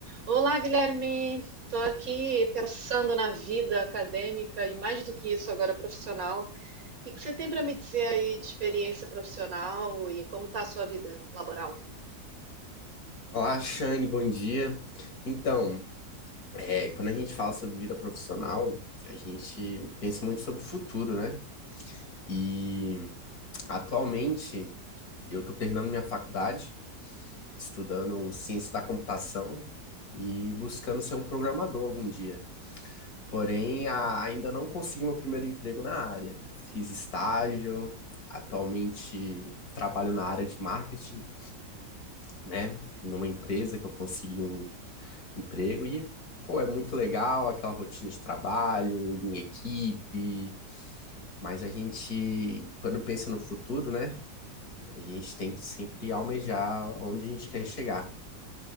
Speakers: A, on the right; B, on the left.
A: Olá, Guilherme. Estou aqui pensando na vida acadêmica e mais do que isso agora profissional. O que que você tem para me dizer aí de experiência profissional e como está a sua vida laboral?
B: Olá, Shane, bom dia. Então, é, quando a gente fala sobre vida profissional, a gente pensa muito sobre o futuro, né? E atualmente eu estou terminando minha faculdade, estudando ciência da computação e buscando ser um programador algum dia. Porém, a- ainda não consegui meu primeiro emprego na área. Fiz estágio, atualmente trabalho na área de marketing, né? Numa empresa que eu consegui um emprego e, pô, é muito legal aquela rotina de trabalho, em equipe, mas a gente, quando pensa no futuro, né, a gente tem que sempre almejar onde a gente quer chegar.